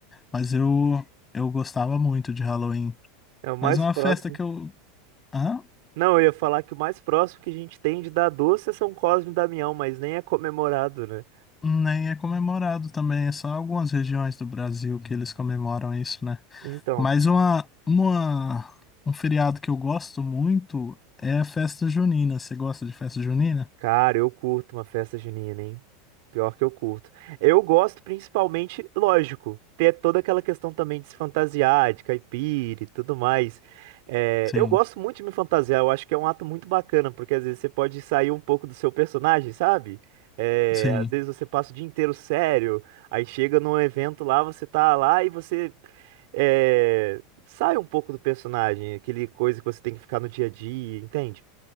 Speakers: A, on the left; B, on the right.
A: Mas eu eu gostava muito de Halloween.
B: É o mais
A: Mas uma
B: próximo.
A: festa que eu Hã?
B: Não, eu ia falar que o mais próximo que a gente tem de dar doce é São Cosme e Damião, mas nem é comemorado, né?
A: nem é comemorado também, é só algumas regiões do Brasil que eles comemoram isso, né?
B: Então.
A: Mas uma, uma um feriado que eu gosto muito é a festa junina. Você gosta de festa junina?
B: Cara, eu curto uma festa junina, hein? Pior que eu curto. Eu gosto principalmente, lógico, ter toda aquela questão também de se fantasiar, de caipira e tudo mais. É,
A: Sim,
B: eu gosto muito de me fantasiar, eu acho que é um ato muito bacana, porque às vezes você pode sair um pouco do seu personagem, sabe? É,
A: sim,
B: às vezes você passa o dia inteiro sério, aí chega num evento lá, você tá lá e você é, sai um pouco do personagem, aquele coisa que você tem que ficar no dia a dia, entende?